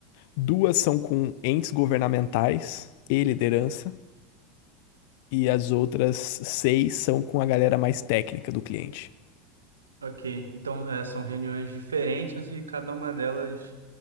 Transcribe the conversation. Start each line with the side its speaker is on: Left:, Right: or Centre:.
Left: duas são com entes governamentais e liderança, e as outras seis são com a galera mais técnica do cliente.
Right: Ok, então é, são reuniões diferentes e cada uma delas